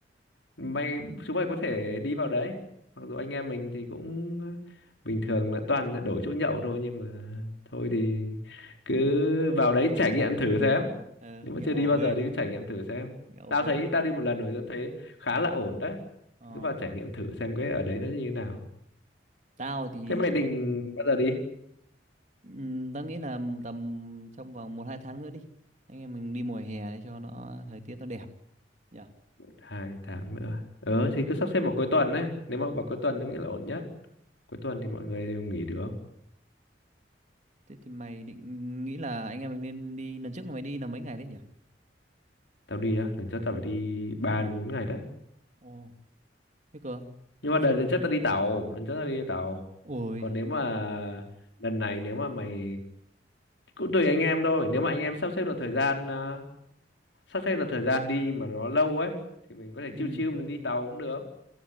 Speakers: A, on the left; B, on the right.
A: may chúng mày có thể đi vào đấy mặc dù anh em mình thì cũng bình thường là toàn đổi chỗ nhậu thôi nhưng mà thôi thì cứ vào đấy trải nghiệm thử xem
B: ờ,
A: nếu mà
B: nhậu
A: chưa đi
B: ở
A: bao
B: Huế,
A: giờ thì cứ trải nghiệm thử xem
B: nhậu ở
A: tao
B: Huế.
A: thấy tao đi một lần rồi tao thấy khá là ổn đấy
B: Ờ,
A: thì cứ vào trải nghiệm thử xem cái ở đấy nó như thế nào
B: tao thì
A: thế mày định bao giờ đi
B: Ừm, tao nghĩ là tầm trong vòng một hai tháng nữa đi anh em mình đi mùa hè để cho nó thời tiết nó đẹp nhỉ
A: một hai tháng nữa ờ thì cứ sắp xếp vào cuối tuần đấy nếu mà vào cuối tuần tao nghĩ là ổn nhất cuối tuần thì mọi người đều nghỉ được
B: thế thì mày định nghĩ là anh em mình nên đi lần trước mày đi là mấy ngày đấy nhỉ
A: tao đi á lần trước tao phải đi 3 đến 4 ngày đấy
B: ồ thế cơ
A: nhưng
B: thế
A: mà đợt
B: sao
A: lần trước tao đi tàu lần trước tao đi tàu
B: ôi
A: còn
B: giời
A: nếu mà lần này nếu mà mày cũng tùy anh em thôi nếu mà anh em sắp xếp được thời gian à, sắp xếp được thời gian đi mà nó lâu ấy thì mình có thể
B: ừ
A: chill chill mình đi tàu cũng được